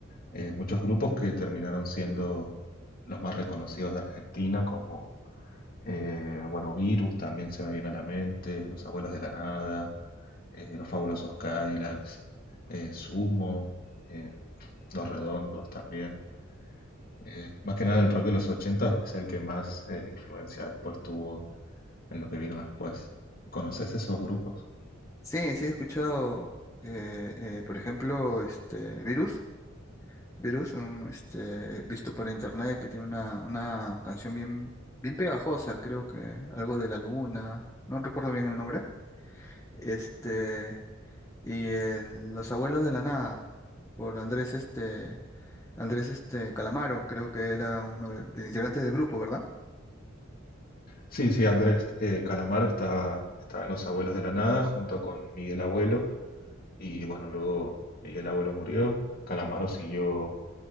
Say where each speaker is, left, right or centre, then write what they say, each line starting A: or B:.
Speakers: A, on the left; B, on the left.
A: eh, muchos grupos que terminaron siendo los más reconocidos de Argentina, como Eh, bueno, Virus también se me viene a la mente, Los Abuelos de la Nada, eh, Los Fabulosos Cadillacs, eh, Sumo, eh, Los Redondos también. Eh, más que nada el rock de los 80 es el que más eh, influencia después tuvo en lo que vino después. ¿Conoces esos grupos?
B: Sí, sí he escuchado, eh, eh, por ejemplo, este Virus. Virus, un, este, visto por internet, que tiene una, una canción bien, bien pegajosa, creo que algo de la luna, no recuerdo bien el nombre. Este, y el Los Abuelos de la Nada, por Andrés, este, Andrés, este, Calamaro, creo que era uno de, de los integrantes del grupo, ¿verdad?
A: Sí, sí, Andrés eh, Calamaro está, está en Los Abuelos de la Nada junto con Miguel Abuelo y bueno, luego Miguel Abuelo murió, Calamaro siguió